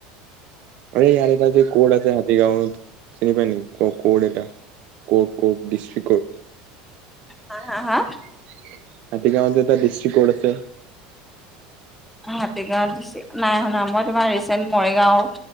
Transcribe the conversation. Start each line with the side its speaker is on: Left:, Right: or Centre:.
Right: অ ইয়াৰ এটা যে ক'ৰ আছে হাতীগাঁৱত চিনি পায় নক ক ক'ৰ এটা। কৰ্ কট ডিষ্ট্ৰিকত।
Centre: হা
Right: হাতীগাঁৱ
Centre: হা হা
Right: যে এ তটা দৃষ্ট্ৰিক কত আছে।
Centre: হাতীগাঁওষ্ট নাই শুনা মই তোমাৰ ৰিচেণ্ট মৰিগাঁও